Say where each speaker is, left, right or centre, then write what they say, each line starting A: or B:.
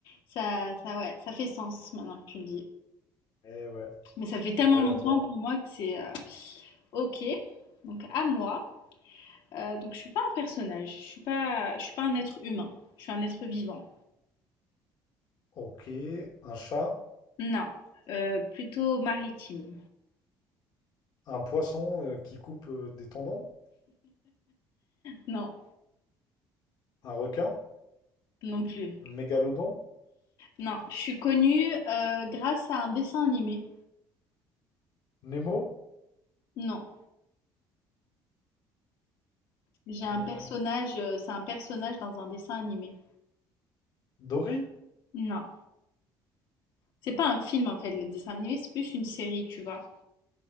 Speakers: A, on the left; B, on the left.
A: ça, ça, ouais, ça fait sens maintenant que tu le dis.
B: Eh ouais,
A: Mais ça fait tellement
B: allez
A: longtemps
B: à toi.
A: pour moi que c'est... euh, Ok. Donc à moi. Euh, donc je suis pas un personnage, je suis pas, je suis pas un être humain, je suis un être vivant.
B: Ok, un chat,
A: Non, Euh, plutôt maritime.
B: un poisson euh, qui coupe euh, des tendons,
A: Non,
B: un requin,
A: non plus.
B: un mégalodon,
A: Non, je suis connue euh, grâce à un dessin animé.
B: Nemo,
A: Non, j'ai
B: euh,
A: un personnage, euh, c'est un personnage dans un dessin animé.
B: Dory?
A: Non, c'est pas un film en fait, le dessin animé, c'est plus une série, tu vois,